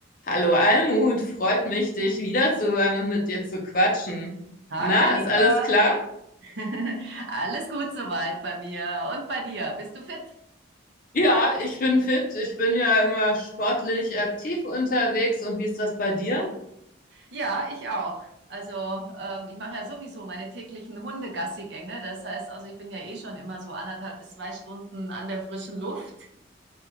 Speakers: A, on the left; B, on the right.
A: Hallo Almut, freut mich, dich wiederzuhören und mit dir zu quatschen.
B: Hallo
A: Na,
B: Annika,
A: ist alles klar?
B: <laughs> alles gut soweit bei mir und bei dir. Bist du fit?
A: Ja, ich bin fit. Ich bin ja immer sportlich aktiv unterwegs. Und wie ist das bei dir?
B: Ja, ich auch. Also ähm, ich mache ja sowieso meine täglichen Hundegassigänge. Das heißt, also ich bin ja eh schon immer so anderthalb bis zwei Stunden an der frischen Luft.